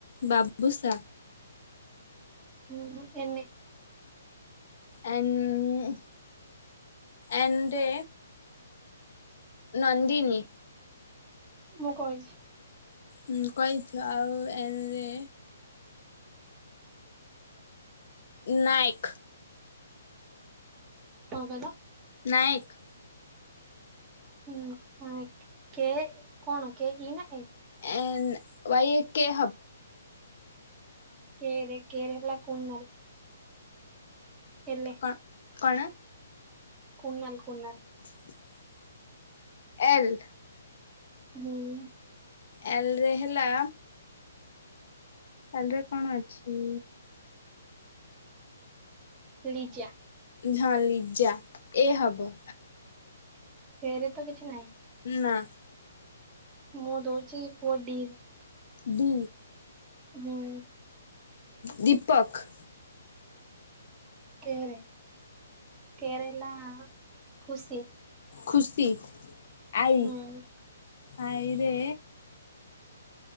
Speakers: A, on the left; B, on the right.
A: ବାବୁସା।
B: ହୁଁ ଏନି।
A: ଏନ୍ ଏଣ୍ଡେ। ନନ୍ଦିନୀ।
B: ମୁଁ କହିଛି।
A: ହୁଁ କହିଛ ଆଉ ଏନରେ। ନାୟକ।
B: କଣ କହିଲ।
A: ନାୟକ।
B: ହୁଁ ହୁଁ କେ କଣ କେ ଇ ନା A.
A: N Y A K.
B: K ରେ କେ ରେ ହେଲା କୁନାଲ୍। ଏଲେ।
A: କଣ କଣ?
B: କୁନାଲ କୁନାଲ୍।
A: <inaudible> ଏଲ୍।
B: ହୁଁ।
A: ଏଲରେ ହେଲା ଏଲ କଣ ଅଛି?
B: ଲିଜ଼ା।
A: ହଁ ଲିଜା ଏ ହବ।
B: ଏରେ ତ କିଛି ନାହିଁ।
A: ନା।
B: ମୁଁ ଦଉଛି କୁହ ଡିରେ।
A: ଡି
B: ହୁଁ
A: ଦୀପକ।
B: କେରେ କେ ହେଲା ଖୁସି।
A: ଖୁସି ଆଈ
B: ହୁଁ
A: ଆଈରେ